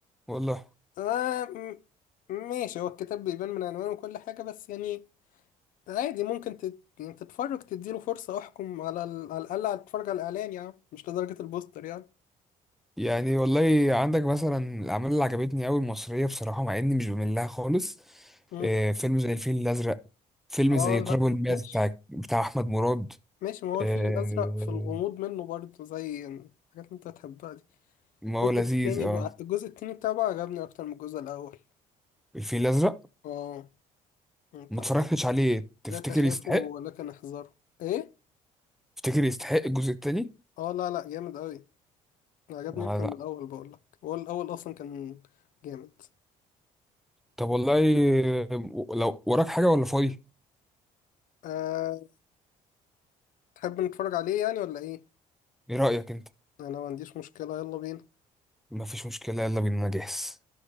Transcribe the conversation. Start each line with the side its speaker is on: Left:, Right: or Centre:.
Centre: والله
Left: آه م- ماشي هو الكتاب بيبان من عنوانه وكل حاجة بس يعني عادي ممكن تت... يعني تتفرج تديله فرصة احكم على ال... على الأقل هتتفرج على الإعلان يعني مش لدرجة البوستر يعني
Centre: يعني والله عندك مثلا الأعمال اللي عجبتني أوي المصرية بصراحة مع إني مش بميل لها خالص
Left: مم.
Centre: آه فيلم زي الفيل الأزرق فيلم
Left: اه
Centre: زي تراب
Left: لا
Centre: الماس
Left: ماشي
Centre: بتاع بتاع أحمد مراد
Left: ماشي ما هو الفيل
Centre: آه
Left: الأزرق في الغموض منه برضه زي الحاجات اللي أنت هتحبها دي
Centre: ما
Left: الجزء
Centre: هو لذيذ
Left: التاني
Centre: اه
Left: بقى الجزء التاني بتاعه بقى عجبني أكتر من الجزء الأول
Centre: الفيل الأزرق
Left: اه أنت
Centre: ما اتفرجتش عليه تفتكر
Left: لا تخافوا
Centre: يستحق
Left: ولكن احذروا إيه؟
Centre: تفتكر يستحق الجزء التاني
Left: اه لا لا جامد أوي عجبني
Centre: آه،
Left: أكتر
Centre: لا.
Left: من الأول بقولك هو الأول أصلا كان جامد
Centre: طب والله آه، لو وراك حاجة ولا فاضي
Left: أه تحب نتفرج عليه يعني ولا إيه؟
Centre: ايه رأيك انت
Left: أنا ما عنديش مشكلة يلا بينا
Centre: مفيش مشكلة يلا بينا انا جاهز